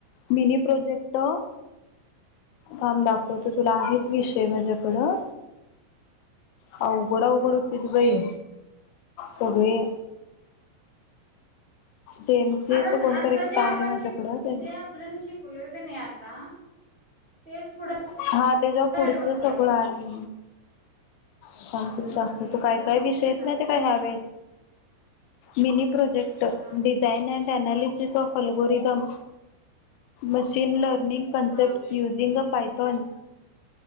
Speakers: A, on the left (about 85°); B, on the right (about 60°).
A: मिनी प्रोजेक्टर थांब दाखवतो तुला आहेच विषय माझ्याकडं हो बड पुडती त बाई सगळे ते एमसीएच
B: अगं
A: कोणतरी
B: आता
A: एकट
B: जे
A: आहे
B: आपण
A: माझ्याकडं
B: शिकल जे आपण शिकलोय की नाही आता तेच पुढं
A: हा त्याच्या पुढचं
B: ऍडव्हान्स
A: सगळं
B: बघा
A: आहे. सांतील
B: बघ
A: द
B: की
A: तू काय
B: तिच्या
A: काय
B: पुढचंच
A: विषयेत
B: आहे ना
A: नाही ते काय ह्यावे मीनी प्रोजेक्ट
B: हा
A: design and analysis of algorithm machine learning कॉन्सेप्ट्
B: हा
A: युझिंग अ पायथॉन